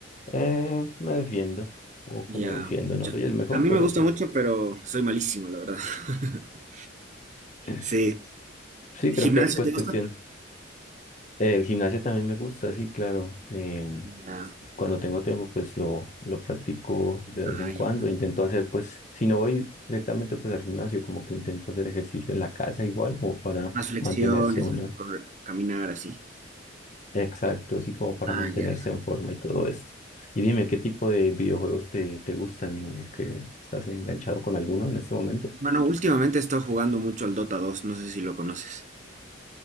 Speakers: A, on the left (about 40°); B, on the right (about 40°).
A: Eh, me defiendo, como que
B: Ya,
A: me defiendo,
B: mucha-
A: no soy el mejor,
B: A mí
A: pero
B: me gusta
A: sí.
B: mucho, pero soy malísimo, la verdad. <laughs>
A: <laughs>
B: Sí.
A: Sí,
B: ¿Gimnasio
A: creo que es pues
B: te gusta?
A: cuestión. El gimnasio también me gusta, sí, claro. Em,
B: Ah,
A: cuando tengo tiempo, pues lo, lo practico de vez
B: ah,
A: en
B: ya.
A: cuando. Intento hacer, pues, si no voy directamente pues al gimnasio, como que intento hacer ejercicio en la casa igual, como para
B: Más flexiones,
A: mantenerse uno.
B: correr- caminar así.
A: Exacto, así como para
B: Ah,
A: mantenerse
B: ya.
A: en forma y todo esto. Y dime, ¿qué tipo de videojuegos te, te gustan o que estás enganchado con alguno en este momento?
B: Bueno, últimamente he estado jugando mucho al Dota 2, no sé si lo conoces.